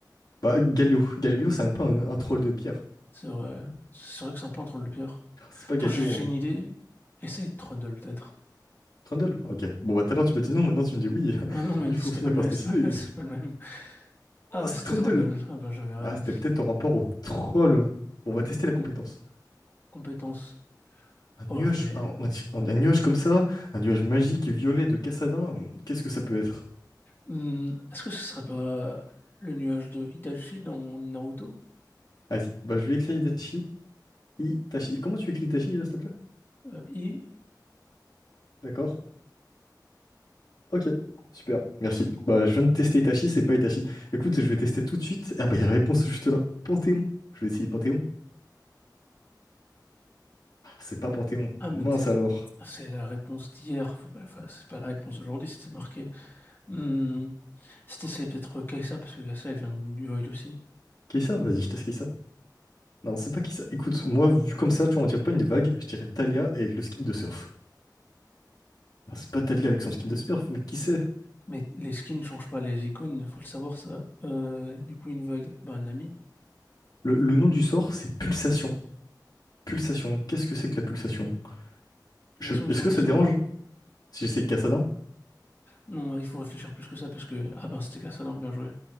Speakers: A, on the left; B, on the left.
A: Bah, Galio. Galio, c'est un peu un, un troll de pierre.
B: C'est vrai, c'est vrai que c'est un peu un troll de pierre.
A: Ah, C'est pas
B: Attends,
A: Galio,
B: j'ai j'ai
A: hein.
B: une idée. Essaye Trundle, peut-être.
A: Trundle? Ok. Bon, bah tout à l'heure tu m'as dit non, maintenant tu me dis oui.
B: Ah non,
A: <laughs>
B: mais
A: Il faut
B: c'était
A: finir
B: pas le
A: par
B: même,
A: se décider.
B: <laughs> c'est pas le c'est pas le même.
A: Oh,
B: Ah bah
A: c'est
B: c'était
A: Trundle!
B: Trundle. Ah bah j'avais raison.
A: Ah, c'était peut-être en rapport au troll. Bon, on va tester la
B: Hmm.
A: compétence.
B: Compétence.
A: Un nuage,
B: Oh, je l'ai.
A: un, un- un nuage comme ça, un nuage magique et violet de Cassadin, qu'est-ce que ça peut être?
B: Hmm, est-ce que ce serait pas le nuage de Itachi dans Naruto?
A: Vas-y, bah je vais écrire Itachi. Itachi. Comment tu écris Itachi, euh, s'il te plaît?
B: Euh, Itachi.
A: D'accord. Ok, super, merci. Bah je viens de tester Itachi, c'est pas Itachi. Écoute, je vais tester tout de suite. Ah bah il y a la réponse juste là. Panthéon. Je vais essayer Panthéon. Ah, C'est pas Panthéon.
B: Ah,
A: Mince
B: mais t'es-
A: alors.
B: c'est la réponse d'hier. Faut pas... enfin, c'est pas la réponse d'aujourd'hui, c'était marqué. Hmm, C'était c'est peut-être Kai'Sa, parce que Kai'Sa, elle vient du Void aussi.
A: Kissa?
B: Comme-
A: Vas-y, je teste Kissa. Non, c'est pas Kissa. Écoute, moi, vu comme ça, tu vois, on dirait pas une vague, je dirais Talia et le skin de surf. Ah, c'est pas Talia avec son skin de surf, mais qui sait
B: Mais les skins ne changent pas les icônes, faut le savoir ça. Euh, du coup, une vague, bah, un ami.
A: Le, le nom du sort, c'est pulsation. Pulsation. Qu'est-ce que c'est que la pulsation? Je-
B: Les actions il
A: Est-ce
B: me semble
A: que
B: que
A: ça
B: c'est
A: te dérange
B: le rôle.
A: si j'essaie Cassadin?
B: Non, il faut réfléchir plus que ça, parce que. Ah, ben, c'était Kai'Sa, bien joué.